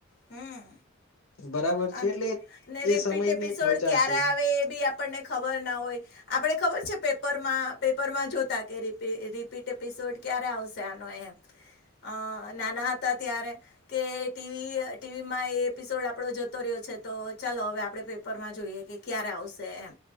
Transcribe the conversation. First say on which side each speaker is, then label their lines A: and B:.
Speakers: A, on the left; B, on the left.
A: હમ.
B: બરાબર
A: અને
B: છે એટલે
A: ને રિપીટ
B: એ સમયની
A: એપિસોડ
B: એક મજા
A: ક્યારે
B: હતી
A: આવે એ બી આપણને ખબર ના હોય, આપડે ખબર છે પે પેપરમાં જોતા કે રિપીટ એપિસોડ ક્યારે આવશે આનો એમ. અ નાના હતા ત્યારે, કે ટીવી ટીવીમાં એ એપિસોડ આપણો જતો રહ્યો છે તો ચાલો હવે આપણે પેપરમાં જોઈએ કે ક્યારે આવશે એમ